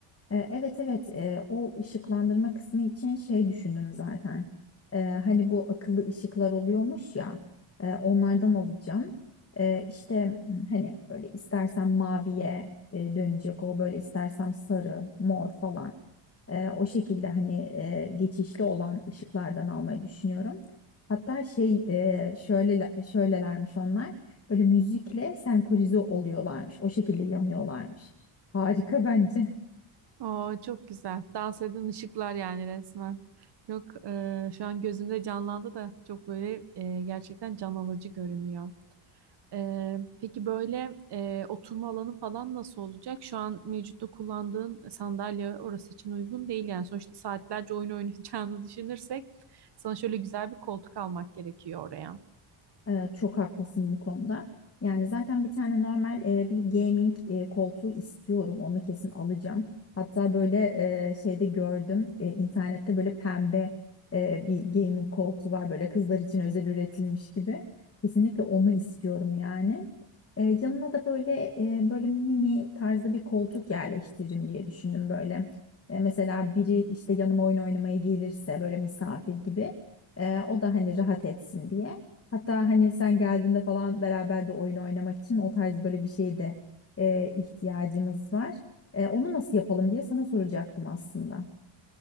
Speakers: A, on the left; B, on the right.
A: E, Evet evet E, o ışıklandırma kısmı için şey düşündüm zaten. E, hani bu akıllı ışıklar oluyormuş ya e, onlardan alacağım. E, işte m, hani böyle istersem maviye e, dönecek o böyle istersem sarı, mor falan. E, o şekilde hani e, geçişli olan ışıklardan almayı düşünüyorum. Hatta şey e, şöyle şöylelermiş onlar. Böyle müzikle senkronize oluyorlarmış. O şekilde yanıyorlarmış. Harika bence.
B: Oo, çok güzel. Dans eden ışıklar yani resmen. Yok e, şu an gözümde canlandı da çok böyle e, gerçekten can alıcı görünüyor. E, peki böyle e, oturma alanı falan nasıl olacak? Şu an mevcutta kullandığın sandalye orası için uygun değil yani. Sonuçta saatlerce oyun <laughs> oynayacağını düşünürsek sana şöyle güzel bir koltuk almak gerekiyor oraya.
A: Ee, çok haklısın bu konuda. Yani zaten bir tane normal e, bir gaming e, koltuğu istiyorum. Onu kesin alacağım. Hatta böyle e, şeyde gördüm e, internette böyle pembe e, bir gaming koltuğu var. Böyle kızlar için özel üretilmiş gibi. Kesinlikle onu istiyorum yani. E, yanına da böyle e, böyle mini tarzda bir koltuk yerleştiririm diye düşündüm böyle. E, mesela biri işte yanıma oyun oynamaya gelirse böyle misafir gibi. e, o da hani rahat etsin diye. Hatta hani sen geldiğinde falan beraber de oyun oynamak için o tarz böyle bir şeye de e, ihtiyacımız var. E, onu nasıl yapalım diye sana soracaktım aslında.